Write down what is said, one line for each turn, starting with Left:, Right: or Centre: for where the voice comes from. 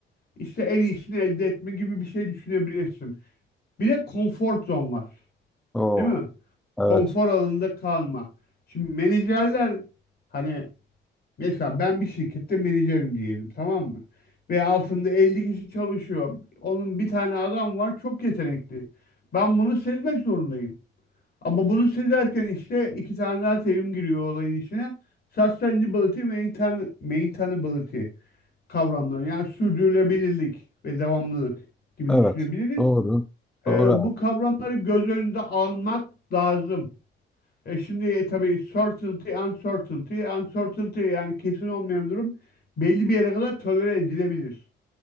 Left: İşte en iyisini elde etme gibi bir şey düşünebilirsin. Bir de comfort zone var.
Centre: Oo,
Left: Değil mi?
Centre: evet.
Left: Konfor alanında kalma. Şimdi menajerler hani mesela ben bir şirkette menajerim diyelim tamam mı? Ve altında 50 kişi çalışıyor. Onun bir tane adam var çok yetenekli. Ben bunu sezmek zorundayım. Ama bunu söylerken işte iki tane daha terim giriyor olayın içine. Sustainability, maintain- maintainability kavramları. Yani sürdürülebilirlik ve devamlılık gibi
Centre: Evet.
Left: düşünebiliriz.
Centre: Doğru. Doğru
Left: Ee,
Centre: abi.
Left: bu kavramları göz önünde almak lazım. E şimdi e, tabii certainty, uncertainty, uncertainty yani kesin olmayan durum belli bir yere kadar tolere edilebilir.